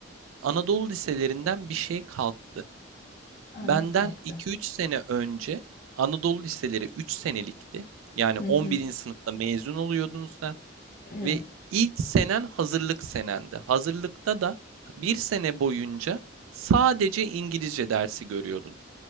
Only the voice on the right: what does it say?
Anadolu liselerinden bir şey kalktı.
Benden
iki üç sene önce Anadolu liseleri 3 senelikti. Yani
11.
sınıfta mezun oluyordunuz
Ve ilk senen hazırlık senendi. Hazırlıkta da bir sene boyunca sadece İngilizce dersi görüyordun.